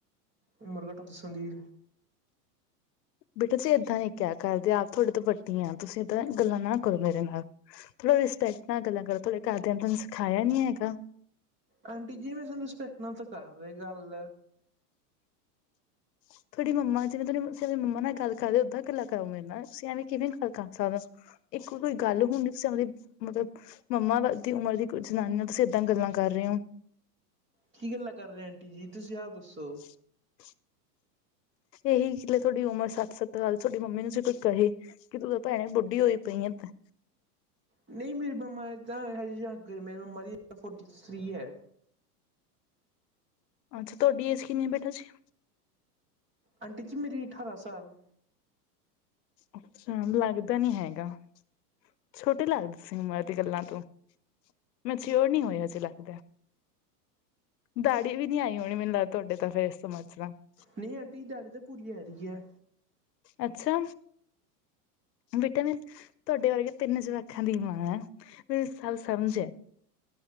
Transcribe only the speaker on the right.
ਉਮਰ ਘਟ ਦੱਸਣ ਦੀ,
ਆਂਟੀ ਜੀ ਮੈਂ ਤਾਨੂੰ ਰਿਸਪੈਕਟ ਨਾਲ ਤਾਂ ਕਰ ਰਹੇ ਗੱਲ
ਕੀ ਗੱਲਾਂ ਕੱਰ ਰੇ ਆ ਆਂਟੀ ਜੀ, ਤੁਸੀ ਆ ਦੱਸੋ।
ਨਈਂ ਮੇਰੀ ਮੰਮਾ ਏਦਾ <unintelligible> ਮੇਰੀ ਮੰਮਾ ਦੀ ਫੋਰਟੀ ਥਰੀ ਐ।
ਆਂਟੀ ਜੀ, ਮੇਰੀ ਅਠਾਰਾ ਸਾਲ।
ਨਈਂ ਆਂਟੀ ਦਾੜੀ ਤੇ ਪੂਰੀ ਆ ਗੀ ਏ।